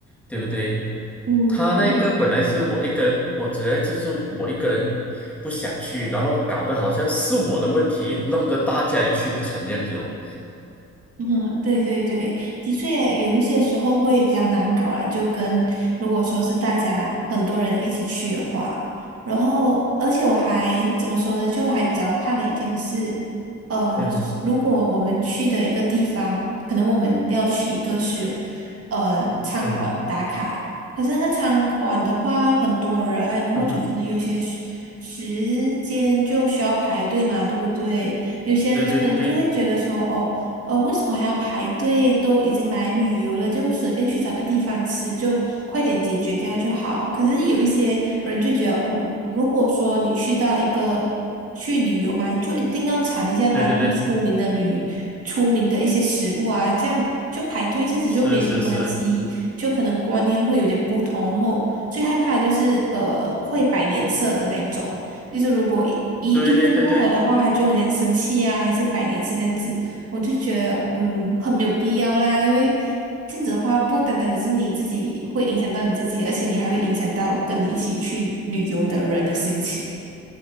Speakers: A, in the centre; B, on the right.
A: 对不对？
B: 嗯，
A: 他那个本来是我一个人，
B: 对。
A: 我觉得就是我一个人不想去，然后搞得好像是我的问题，弄得大家也去不成这样子哦。
B: 嗯，对对对，的确有一些时候会比较难搞啦，就跟如果说是大家很多人一起去的话，然后而且我还怎么说呢，就还比较怕的一点是，呃，
A: 嗯哼，
B: 如果我们去的一个地方，可能我们要去一个是，呃，餐馆打卡，
A: 嗯哼，
B: 可是那个餐馆的话很多人，然后就可能有些时时间就需要排队嘛，
A: 嗯哼，
B: 对不对？有些人可能就会觉得说，
A: 对对对对
B: 哦。呃，为什么还要排队？都已经来旅游了，就随便去找个地方吃，就快点解决掉就好。可是有一些人就觉得，嗯，如果说你去到一个去旅游嘛，你就一定要尝一下当地出名的旅出名的一些食物啊，
A: 对对对，
B: 这样就排队一下子就没什么关系，
A: 是是是，
B: 就可能观念会有点不同。然后最害怕的就是呃会摆脸色的那一种，就是如果一一意见不合的话，
A: 对对对对
B: 他就很像生气啊，还是摆脸色这样子。我就觉得，嗯，很没有必要啦，因为这样子的话，不单单只是你自己会影响到你自己，而且你还会影响到跟你一起去旅游的人的心情。